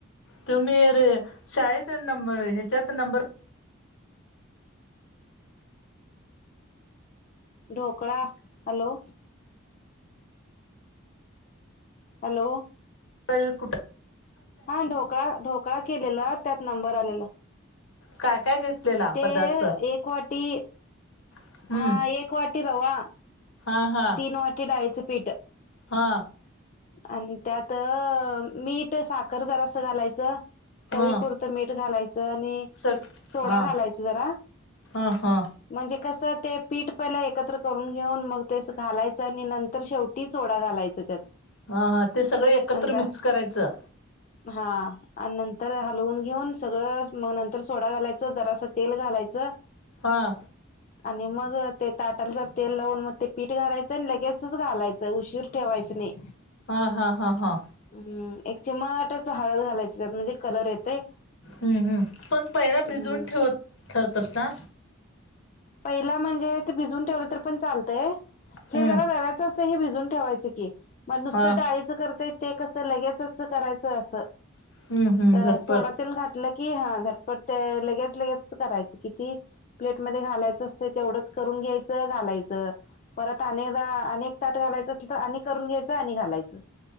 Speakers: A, on the left; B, on the left.
A: तुम्ही रे शाळेत नंम ह्याच्यात नंबर
B: ढोकळा हॅलो हॅलो
A: व कुठ
B: हा ढोकळा ढोकळा केलेला त्यात नंबर आलेला
A: काय काय घेतलेला
B: ते
A: पदार्थ
B: एक वाटी
A: हम्म
B: हा एक वाट टी रवा
A: हा हा
B: तीन वाटी डाळीचं पीठ
A: हा
B: आणि त्यात मीठ साखर जरा अस घालायचं चवीपरतं
A: ह
B: तर मीठ घालायचं आणि
A: स
B: सोडा
A: हा
B: घालायच जरा
A: हा हा
B: म्हणजे कसं ते पीठ पहिलं एकत्र करून घेऊन मग तेस घालायचं आणि नंतर तर शेवटी सोडा घालायचं त्यात
A: ह हा ते सगळे एकत्र
B: आणि झा
A: मिक्स करायचं
B: हा आणि नंतर हलवून घेऊन सगळं मग नंतर सोडा घालायचं जरासं तेल घालायचं
A: हां
B: आणि मग ते ताटालच तेल लावून मग ते पीठ घालायचंय आणि लगेच घालायचं उशीर ठेवायचं नाही
A: हा हा हा हा
B: हम्म एक चिमटच हळद घालायच त्यात म्हणजे कलर येतय
A: हम्म हम् पण पैरा
B: हम्म
A: भिजवून ठेवत ठेवतात ना
B: पहिला म्हणजे ते भिजून ठेवलं तर पण चालतंय
A: हम्म
B: हे जरा रव्याच हे भिजून ठेवायचं की मग नुसत
A: हा
B: डाळीचं करताय ते कसं लगेच करायचं असं
A: हम्म हम्म
B: अ
A: झटपट
B: सोडातील घटलं कि हा झटपट ते लगेच लगेचच करायच किती प्लेटमध्येध्ये घालायच तेवढंच करून घ्यायचं घालायचं परत अनेकदा अनेक ताट घालायचं असल तर अनेक करून घ्यायचं आणि घालायचं